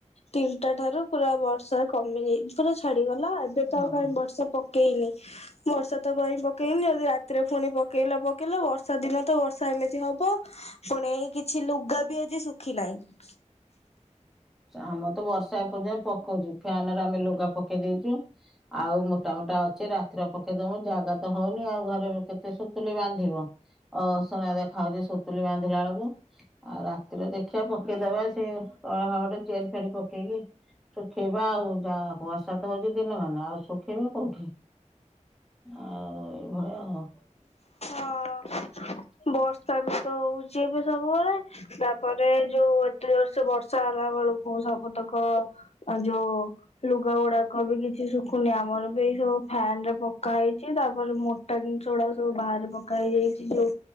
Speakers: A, on the left (about 55°); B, in the centre.
A: ତିନିଟା ଠାରୁ ପୁରା ବର୍ଷା କମିଯାଇ ପୁରା ଛାଡିଗଲା ଏବେ
B: ହଁ
A: ତ ଆଉ କାଇଁ ବର୍ଷା ପକେଇନି ବର୍ଷା ତ କାଇଁ ପକେଇନି ଆଉ। ରାତିରେ ପୁଣି ପକେଇଲା ପକେଇଲା ବର୍ଷା ଦିନ ତ ବର୍ଷା ଏମିତି ହବ ପୁଣି ଏଇ କିଛି କି ଲୁଗା ବି ଆଜି ଶୁଖି ନାହିଁ।
B: ଆମର ତ ବର୍ଷା ଏ ପର୍ଯ୍ୟନ୍ତ ପକଉଛି ଫ୍ୟାନରେ ଆମେ ଲୁଗା ପକେଇ ଦେଇଦେଇଛୁ। ଆଉ ମୋଟା ମୋଟା ଅଛି ରାତିର ପକେଇଦବ ଜାଗା ତ ହଉନି, ଆଉ ଘରେ କେତେ ସୁତୁଲି ବାନ୍ଧିବ। ଅସନା ଦେଖାଯାଉଛି ସୁତୁଲି ବାନ୍ଧିଲା ବେଳକୁ, ଆଉ ରାତିରେ ଦେଖିବା ପକେଇଦବା ସିଏ କଳା ହବଟେ ଚେଇଆରି ଫେଇଆରି ପକେଇକି। ଶୁଖେଇବା ଆଉ ଯା ବର୍ଷା ତ ହଉଛି ଦିନ ମାନେ ଆଉ ଶୁଖେଇବା କୋଉଠି? ଆଉ ଏଇଭଳିଆ ଆଉ।
A: ହଁ ବର୍ଷ ବି ତ ହଉଛି ଏବେ ସବୁବେଳେ ତାପରେ ଯୋଉ ଏତେ ଜୋରସେ ବର୍ଷା ହେଲା ବେଳକୁ ସବୁତକ ଯୋଉ ଲୁଗା ଗୁଡାକ ବି କି କିଛି ଶୁଖୁନି ଆମର ବି ଏଇ ସବୁ ଫ୍ୟାନ ରେ ପକାହେଇଛି ତାପରେ ମୋଟା ଜିନିଷ ଗୁଡା ସବୁ ବାହା ପକା ହେଇଯାଇଛି ଯୋଉ